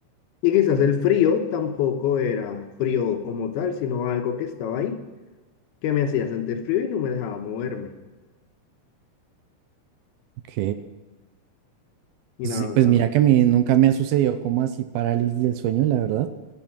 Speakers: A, on the left; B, on the right.
A: Y quizás el frío tampoco era frío como tal, sino algo que estaba ahí, que me hacía sentir frío y no me dejaba moverme.
B: ok.
A: Y
B: Sí,
A: nada,
B: Pues mira que a mí nunca me ha sucedido como así parálisis del sueño, la verdad.